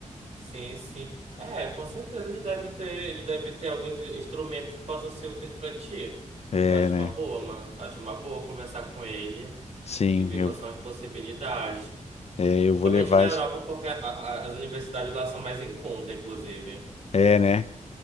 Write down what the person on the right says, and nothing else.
Sim, sim. É, com certeza ele deve ter, ele deve ter alguns instrumentos que possam ser úteis para ti.
Eu acho
uma boa, mano. Acho uma boa conversar com ele
e ver
quais são as possibilidades.
Somente
na Europa,
porque a- a- as universidades lá são mais em conta, inclusive.